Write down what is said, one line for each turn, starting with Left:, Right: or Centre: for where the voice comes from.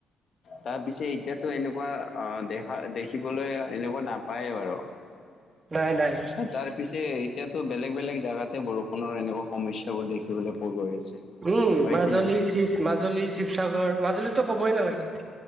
Left: তাৰ পিছে এতিয়াতো এনেকুৱা আহ দেখা দেখিবলৈ এনেকুৱা নাপায় বাৰু।
Right: নাই, নাই।
Left: তাৰ পিছে এতিয়াতো বেলেগ বেলেগ জেগাতে বৰষুণৰ এনেকুৱা সমস্যা বোৰ দেখিবলৈ পোৱা গৈ আছে।
Right: উম,
Left: হয়
Right: মাজুলী
Left: কি নহয়
Right: মাজুলী শিৱসাগৰ মাজুলীতো ক'বই নালাগে।